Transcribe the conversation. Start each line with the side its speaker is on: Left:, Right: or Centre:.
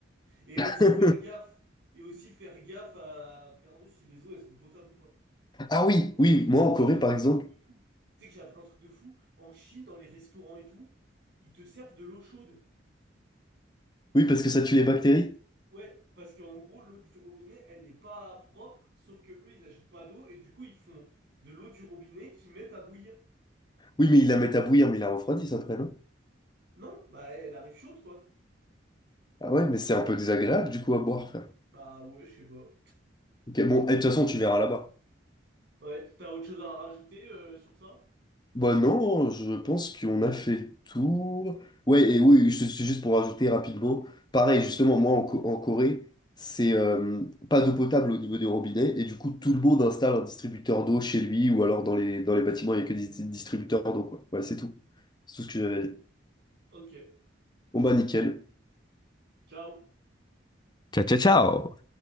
Right: Et
Left: <laughs>
Right: aussi faire gaffe. Et aussi faire gaffe à regarder si les eaux elles sont potables ou pas.
Left: Ah
Right: Tu
Left: oui,
Right: sais,
Left: oui,
Right: En Chine,
Left: moi en
Right: oh,
Left: Corée,
Right: j'ai appris
Left: par exemple.
Right: un truc de fou. Tu sais que j'ai appris un truc de fou. En Chine, dans les restaurants et tout, ils te servent de l'eau chaude.
Left: Oui, parce que ça tue les bactéries.
Right: Ouais, parce qu'en gros, l'eau du robinet, elle n'est pas propre, sauf que eux, ils achètent pas d'eau et du coup, ils font de l'eau du robinet qu'ils mettent à bouillir.
Left: Oui, mais ils la mettent à bouillir, mais ils la refroidissent après, non?
Right: Non, bah elle arrive chaude quoi.
Left: Ah ouais, mais c'est un peu désagréable du coup à boire, frère.
Right: Bah ouais, je sais pas.
Left: Ok, bon, et de toute façon, tu verras là-bas.
Right: Ouais, t'as autre chose à rajouter euh, sur ça?
Left: Bah non, je pense qu'on a fait le tour. Ouais, et oui, je- c'est juste pour rajouter rapidement. Pareil, justement, moi en, Co- en Corée, c'est euh, pas d'eau potable au niveau des robinets, et du coup, tout le monde installe un distributeur d'eau chez lui, ou alors dans les, dans les bâtiments, il n'y a que des dis- distributeurs d'eau, quoi. Ouais, c'est tout. C'est tout ce que j'avais à dire.
Right: Ok,
Left: Bon bah nickel.
Right: ciao.
Left: Ciao, ciao, ciao!